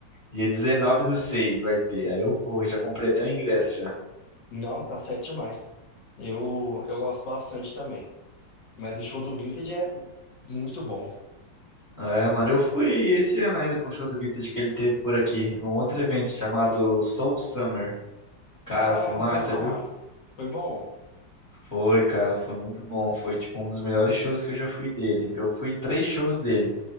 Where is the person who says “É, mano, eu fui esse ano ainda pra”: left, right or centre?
Left